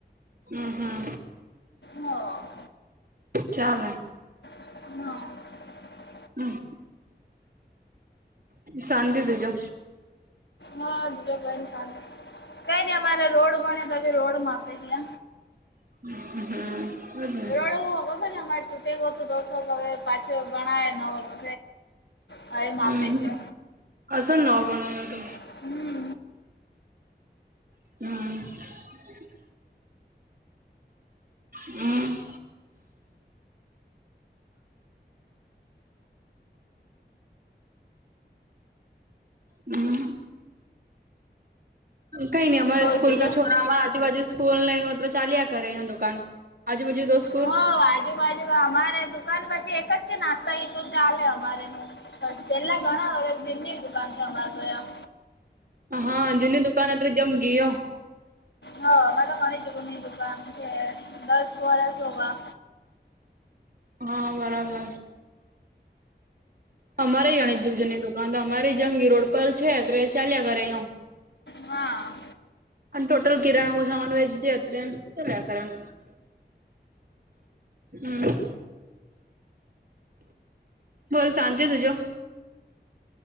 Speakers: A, on the right; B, on the left.
A: હમ હા
B: હા
A: ચાલે
B: હા
A: હમ શાંતિ તજો
B: હજ સું કઈ નઈ અમારે રોડ બને તો રોડ માં આપે છે
A: હમ
B: રડું ક છે તુંટે ગું દો હ પાછો ભણાય ન હો તો હવે
A: હમ
B: માપે છે
A: અસ ન બના્યો તો
B: હમ
A: હમ હમ હમ કઈ નઈ અમારે
B: બોલ
A: સ્કૂલ
B: બીજો
A: કા છોરા અમાર આજુબાજુ ફૂલ લ હો તો ચાલ્યા કરે અયા દુકાન આજુબાજુ દોસ્
B: હો આજુ બાજુ અમારે ત દાન પછી એક જ કે નાસ્તા એ તો ચાલે અમારે ન પેલા ઘણા વ દિ કાનસાના તોયા
A: હા જુની દુકાન અત્ર જમ ગયયો
B: હા મને માહ છે કો દુકાન જે લસ વરાોગા
A: હા બરાબર અમારે ગણિત દૂધનની દુકાન તો અમારી જંગ રોડ પર છે તો ચાલ્યા ઘરે એમ
B: હા
A: અને ટોટલ કિરણ ઓસા ઓન વેજ હતું, ચલ કારણ હમ. બોલ, શાંત તુ જો.